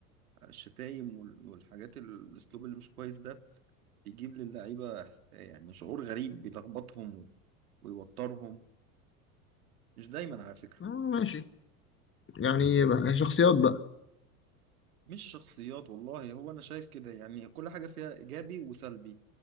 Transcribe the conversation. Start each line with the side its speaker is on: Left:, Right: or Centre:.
Right: الشتايم وال- والحاجات ال- الاسلوب اللي مش كويس ده بيجيب للعيبه إحس- يعني شعور غريب بيلخبطهم ويوترهم مش دايما على فكره
Left: اه ماشي يعني بقى- شخصيات بقى
Right: مش شخصيات والله هو انا شايف كده يعني كل حاجه فيها ايجابي وسلبي